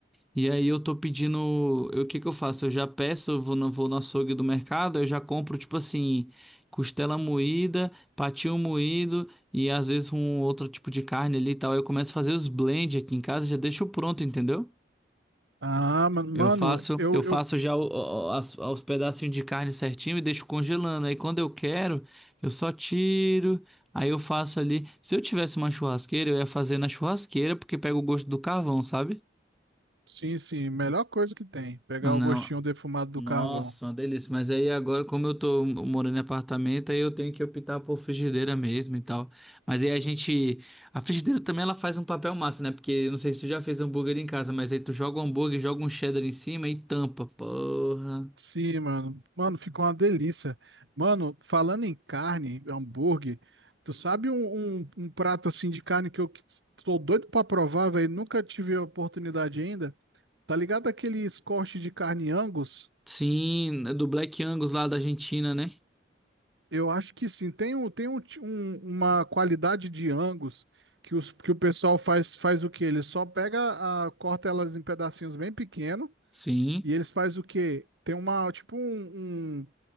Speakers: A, in the centre; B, on the right.
A: E aí eu tô pedindo, eu- o que que eu faço? Eu já peço, eu vou no, vou no açougue do mercado, eu já compro tipo assim, costela moída, patinho moído e às vezes um outro tipo de carne ali e tal. Aí Eu começo a fazer os blend aqui em casa, já deixo pronto, entendeu?
B: Ah, mano,
A: Eu
B: mano,
A: faço,
B: eu,
A: eu
B: eu.
A: faço já o- o- as- os pedacinhos de carne certinho e deixo congelando. Aí quando eu quero, eu só tiro, aí eu faço ali. Se eu tivesse uma churrasqueira, eu ia fazer na churrasqueira porque pega o gosto do carvão, sabe?
B: Sim, sim, melhor coisa que tem. Pegar
A: Ah, Não.
B: o gostinho defumado do
A: Nossa,
B: carvão.
A: uma delícia. Mas aí agora, como eu tô morando em apartamento, aí eu tenho que optar por frigideira mesmo e tal. Mas aí a gente. A frigideira também ela faz um papel massa, né? Porque eu não sei se tu já fez hambúrguer em casa, mas aí tu joga um hambúrguer, joga um cheddar em cima e tampa. Porra.
B: Sim, mano. Mano, ficou uma delícia. Mano, falando em carne, hambúrguer, tu sabe um, um, um prato assim de carne que eu que- tô doido pra provar, velho? Nunca tive a oportunidade ainda? Tá ligado aqueles cortes de carne Angus?
A: Sim, é do Black Angus lá da Argentina, né?
B: Eu acho que sim. Tem, um, tem um, ti- um- uma qualidade de Angus que, os, que o pessoal faz, faz o quê? Ele só pega, a, corta elas em pedacinhos bem pequenos
A: Sim.
B: e eles faz o quê? Tem uma, tipo um, um,